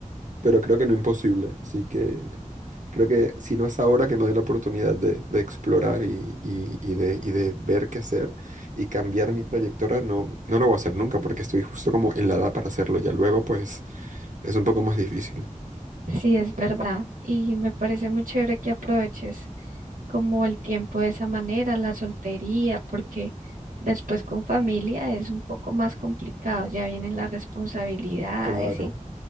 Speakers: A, on the right; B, on the right.
A: pero creo que no imposible. Así que creo que si no es ahora que me doy la oportunidad de, de explorar y, y- y de, y de ver qué hacer y cambiar mi trayectoria, no, no lo voy a hacer nunca porque estoy justo como en la edad para hacerlo. Ya luego pues es un poco más difícil.
B: <laughs> Sí, es verdad. Y me parece muy chévere que aproveches como el tiempo de esa manera, la soltería, porque después con familia es un poco más complicado, ya vienen las responsabilidades
A: Claro,